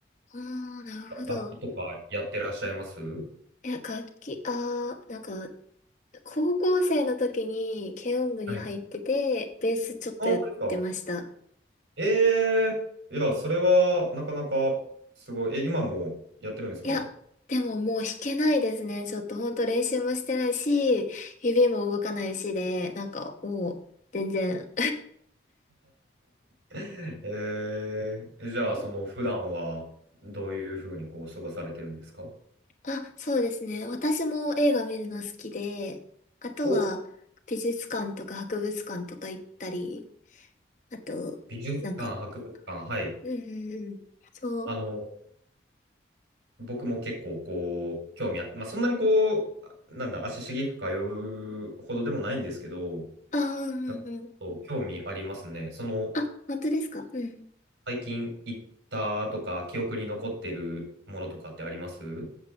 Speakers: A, on the left; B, on the right.
A: ああ、なるほど。
B: 楽器とかやってらっしゃいます
A: いや、楽器、ああ、なんか、高校生の時に軽音部に入ってて、
B: はい。あ、
A: ベースちょっとやってました。
B: そうですか。ええいや、それはなかなかすごい。え、今もやってるんですか
A: いや、でももう弾けないですね。ちょっとほんと練習もしてないし、指も動かないしで、なんかもう全然。
B: <laughs> えー、じゃあ、
A: <laughs>
B: その普段はどういうふうにこう過ごされてるんですか
A: あ、そうですね。私も映画見るの好きで、あとは美術館とか博物館とか行ったり、
B: お、
A: あと、
B: 美術館、
A: なんか、
B: 博物館、はい。
A: うんうんうん。そう。
B: あの、僕も結構こう、興味あって、まあ、そんなにこう、なんだ、足しげく通うほどでもないんですけど、
A: あー、うんうんうん。
B: なんかそう興味ありますね。その、
A: あ、本当ですかうん。
B: 最近行ったとか、記憶に残ってるものとかってあります